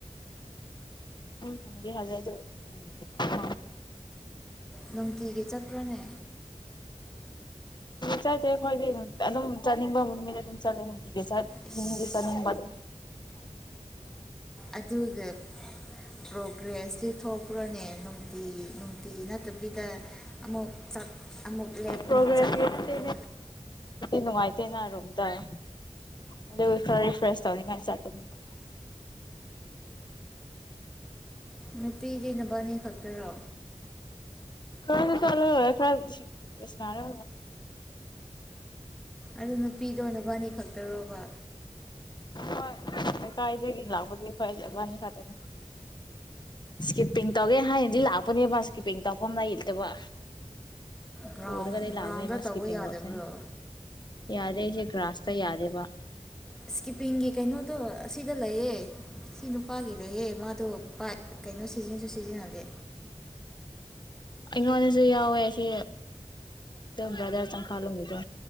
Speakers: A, on the left (about 40°); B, in the centre.
A: ꯍꯟꯗꯤ ꯍꯜꯂꯦꯗꯣ ꯎ
B: ꯅꯨꯡꯇꯤꯒꯤ ꯆꯠꯄ꯭ꯔꯣꯅꯦ
A: ꯆꯠꯠꯇꯦ ꯑꯩꯈꯣꯏꯗꯤ ꯑꯗꯨꯝ ꯆꯥꯅꯤꯡꯕ ꯅꯨꯃꯤꯠ ꯑꯗꯨꯝ ꯆꯠꯂꯦ ꯁ
B: ꯑꯁ
A: ꯍꯁ ꯅꯗ꯭ꯔꯣ
B: ꯑꯗꯨꯒ ꯄ꯭ꯔꯣꯒ꯭ꯔꯦꯁꯇꯤ ꯊꯣꯛꯈ꯭ꯔꯣꯅꯦ ꯅꯨꯡꯇꯤ ꯇꯤ ꯅꯠꯇꯕꯤꯗ ꯑꯃꯨꯛ ꯆꯠ ꯑꯃꯨꯛ ꯂꯦꯞ
A: ꯄ꯭ꯔꯣꯒ꯭ꯔꯦꯁꯗꯤ
B: ꯑꯃꯨꯛ ꯆꯠ ꯇꯧꯕꯗꯣ
A: ꯅꯨꯡꯉꯥꯏꯇꯦꯅꯔꯣꯝ ꯇꯥꯏ ꯑꯗꯨ ꯈꯔ ꯔꯤꯐ꯭ꯔꯦꯁ ꯇꯧꯅꯤꯉꯥꯏ ꯆꯠꯀꯅꯦꯕ
B: ꯅꯨꯄꯤꯗꯤ ꯅꯨꯕꯥꯅꯤ ꯈꯛꯇꯔꯣ
A: ꯀꯗ ꯆꯂꯣ ꯈꯔ ꯀ ꯁꯅꯥꯔꯦ
B: ꯑꯗꯨ ꯅꯨꯄꯤꯗꯣ ꯅꯨꯕꯥꯅꯤ ꯈꯛꯇꯔꯣꯕ
A: ꯍꯣꯏ ꯂꯩꯀꯥꯏꯗꯒꯤ ꯂꯥꯛꯄꯗꯤ ꯈ꯭ꯣꯏ ꯑꯕꯥꯅꯤ ꯈꯇꯅꯤ ꯏꯁꯀꯤꯞꯄꯤꯡ ꯇꯧꯒꯦ ꯍꯥꯏꯅꯗꯤ ꯂꯥꯛꯄꯅꯦ ꯃꯥꯁ ꯀꯤꯄꯤꯡ ꯇꯧꯐꯝ ꯂꯩ ꯌꯦꯇꯕ
B: ꯒ꯭ꯔꯥꯎꯟ
A: ꯄꯔ ꯀꯗ
B: ꯒ꯭ꯔꯥꯎꯟꯗ
A: ꯂꯥꯛꯒꯅꯦꯀꯤꯄ
B: ꯇꯧꯕ ꯌꯥꯗꯕ꯭ꯔꯣ
A: ꯂꯧꯁꯦ ꯌꯥꯗꯁ ꯔꯥꯁꯇ ꯌꯥꯗꯦꯕ
B: ꯏꯁꯀꯤꯞꯄꯤꯡꯒꯤ ꯀꯩꯅꯣ ꯑꯁꯤꯗ ꯂꯩꯌꯦ ꯁꯤꯅ ꯑꯄꯥꯒꯤ ꯂꯩꯌꯦꯦ ꯃꯥꯗꯣ ꯄ ꯀꯩꯅꯣ ꯁꯤꯖꯤꯟꯁꯨ ꯁꯤꯖꯤꯟꯅꯂꯦ
A: ꯑꯩꯉꯣꯟꯗꯁꯨ ꯌꯥꯎꯋꯦ ꯁꯤ ꯕ꯭ꯔꯗꯔ ꯆꯪꯈꯥꯂꯣꯝꯒꯤꯗꯣ